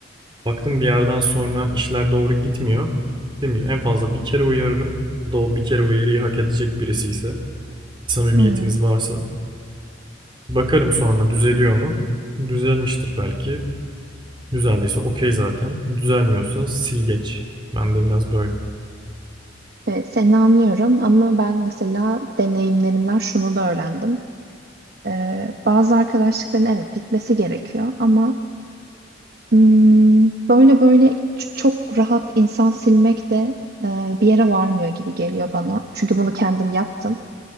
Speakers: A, on the right (about 25°); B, on the right (about 55°).
A: Baktım bir yerden sonra işler doğru gitmiyor. Dediğim gibi en fazla bir kere uyarırım. O da o bir kere uyarıyı hak edecek birisi ise, samimiyetimiz
B: Hmm.
A: varsa. Bakarım sonra düzeliyor mu? Düzelmiştir belki. Düzeldiyse okey zaten. Düzelmiyorsa sil geç. Ben de biraz böyle.
B: Evet, seni anlıyorum ama ben mesela deneyimlerimden şunu da öğrendim. Ee, bazı arkadaşlıkların evet bitmesi gerekiyor ama Hmm, böyle böyle ç- çok rahat insan silmek de e, bir yere varmıyor gibi geliyor bana. Çünkü bunu kendim yaptım.